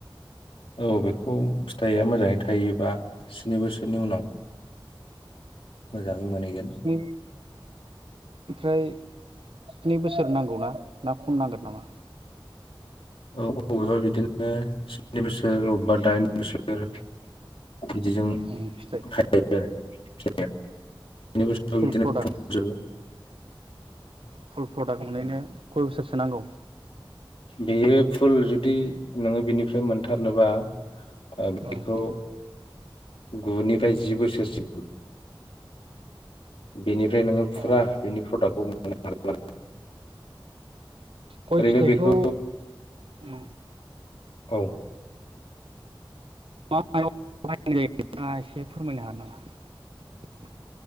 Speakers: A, on the left; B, on the right.
A: औ बेखौ फिथाइया मोजाङै थायोबा स्नि बोसोरनि उनाव मोजां मोनहैगोन।
B: स्नि ओमफ्राय स्नि बोसोर नांगौ ना, ना खम नांगोन नामा?
A: औ अबेबा बिदिनो। <unintelligible> अबा दाइन बोसोर बिदिजों
B: उम फिथाइ
A: थायो <unintelligible> बोसोराव
B: फुल
A: बिदिनो
B: प्रडाक्ट
A: खजोबो।
B: फुल प्रडाक्ट मोननायनो खय बोसोरसो नांगौ
A: बेयो फुल जुदि नोङो बिनिफ्राय मोन थारनोबा ओ बेखौ
B: औ
A: गुनिफ्राय जि बोसोरसिम बेनि ओमफ्राय नोङो
B: गय
A: फुरा बिनि प्रडाक्टखौ मोननो हागोन आरो।
B: गय
A: ओरैनो
B: फिथाइखौ
A: बेखौ
B: उम
A: औ।
B: मा मायाव बाहायनाय जायों बिथाङा एसे फोरमायनो हागोन नामा?